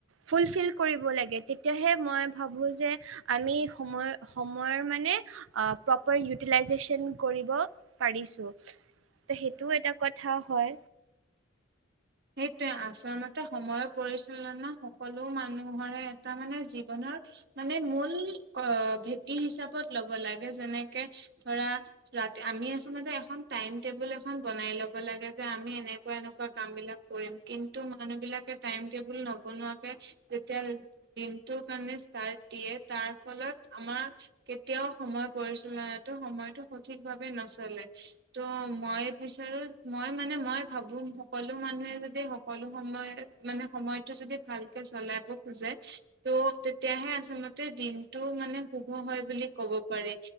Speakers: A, on the right (about 70°); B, on the right (about 55°).
A: ফুলফিল কৰিব লাগে, তেতিয়াহে মই ভাবোঁ যে আমি সময় সময়ৰ মানে আ প্ৰপাৰ ইউটিলাইজেচন কৰিব পাৰিছো, ত সেই টো এটা কথা হয়।
B: সেইটোৱে আচলতে সময়ৰ পৰিচালনা সকলো মানুহৰে এটা মানে জীৱনৰ মানে মূল অ ভেটি হিচাপত ল'ব লাগে যেনেকে ধৰা ৰাতি আমি আচলতে এখন টাইম টেবুল এখন বনাই ল'ব লাগে যে আমি এনেকুৱা এনেকুৱা কামবিলাক কৰিম কিন্তু মানুহবিলাকে টাইম টেবুল নবনোৱাকে যেতিয়া দিনটোৰ কাৰণে ষ্টাৰ্ট দিয়ে তাৰ ফলত আমাৰ কেতিয়াও সময় পৰিচালনাতো সময়টো সঠিক ভাৱে নচলে। ত' মই বিচাৰো, মই মানে মই ভাবো সকলো মানুহে যদি সকলো সময় মানে সময়টো যদি ভালকে ছলাব খোজে ত' তেতিয়াহে আচলতে দিনটো মানে শুভ হয় বুলি ক'ব পাৰি।